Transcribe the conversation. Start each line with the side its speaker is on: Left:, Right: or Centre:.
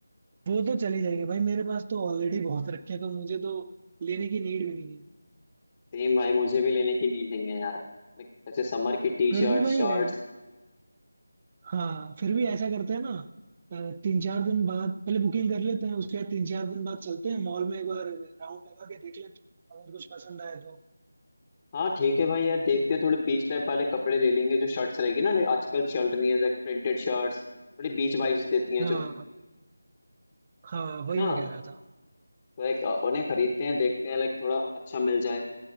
Right: वो तो चली जाएगी भाई मेरे पास तो ऑलरेडी बहुत रखे हैं, तो मुझे तो लेने की नीड भी नहीं है
Left: सेम भाई मुझे भी लेने की नीड नहीं है यार लाइक जैसे समर की टी
Right: फिर
Left: शर्ट
Right: भी वही
Left: शर्ट्स
Right: है हाँ फिर भी ऐसा करते हैं ना अ, तीन चार दिन बाद पहले बुकिंग कर लेते हैं उसके बाद तीन चार दिन बाद चलते हैं मॉल में एक बार राउंड लगा के देख लेते हैं अगर कुछ पसंद आए तो
Left: हाँ ठीक है भाई यार देखते हैं थोड़े बीच टाइप वाले कपड़े ले लेंगे जो शर्ट्स रहेगी ना लाइक आजकल चल रही है लाइक प्रिंटेड शर्ट्स थोड़ी बीच वाइब्स देती हैं
Right: हाँ
Left: जो
Right: हाँ वही
Left: है ना
Right: मैं कह रहा था
Left: तो लाइक उन्हें खरीदते हैं देखते हैं लाइक थोड़ा अच्छा मिल जाए